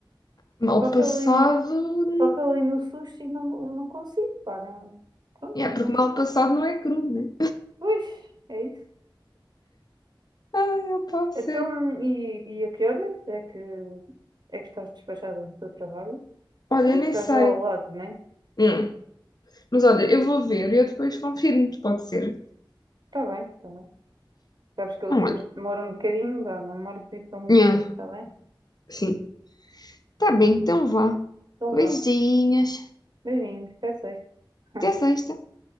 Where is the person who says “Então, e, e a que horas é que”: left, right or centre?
Right